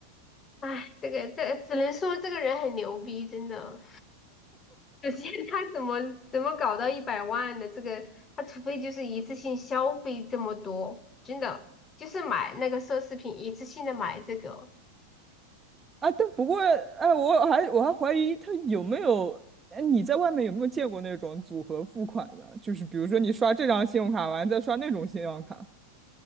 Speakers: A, on the left; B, on the right.
A: 哎，这个这只能说这个人很牛逼，真的。首先，他怎么怎么搞到一百万的这个，他除非就是一次性消费这么多，真的就是买那个奢侈品，一次性的买这个
B: 啊，但不过，哎，我还我还怀疑他有没有，哎，你在外面有没有见过那种组合付款的？就是比如说你刷这张信用卡完再刷那种信用卡，